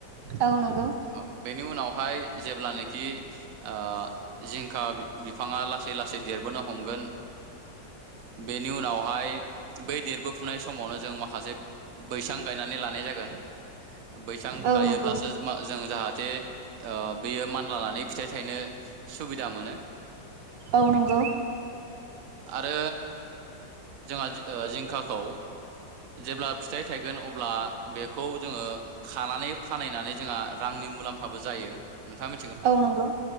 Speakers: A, on the right; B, on the right.
A: औ नंगौ
B: औ बेनि उनावहाय जेब्लानो खि ओ जिंखा बिफाङा लासै लासै देरबोनो हमगोन बेनि उनावहाय बै देरबोफुनाय समावनो जों माखासे बैसां गायनानै लानाय जागोन बैसां
A: औ
B: गायोब्लासो
A: नंगौ
B: जों जाहा बे ओ बेयो मा माने फिथाइ थाइ नो सुबिदा मोनो।
A: ओ नंगौ
B: आरो जोंहा जिंखाखौ जेब्ला फिथाइ थायगोन अब्ला बेखौ जोङो खानानै फानहैनानै जोंहा रांनि मुलाम्फाबो जायो नोंथां।
A: औ नंगौ